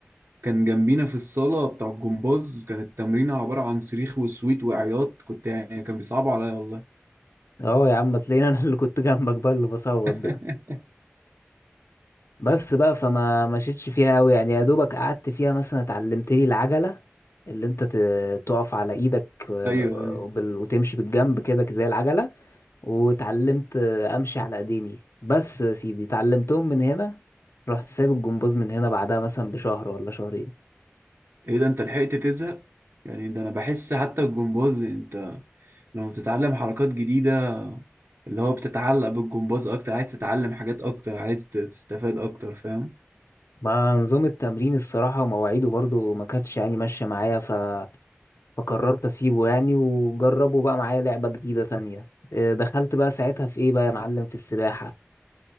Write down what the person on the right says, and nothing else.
كان جنبينا في الصاله بتاع الجمباز كانت التمرينه عباره عن صريخ وسويت وعياط كنت يعني كان بيصعبوا عليا والله
<laughs>
ايوه ايوه
ايه ده انت لحقت تزهق يعني ده انا بحس حتى الجمباز يعني لما بتتعلم حركات جديدة اللي هو بتتعلق بالجمباز أكتر عايز تتعلم حاجات أكتر عايز تستفاد أكتر فاهم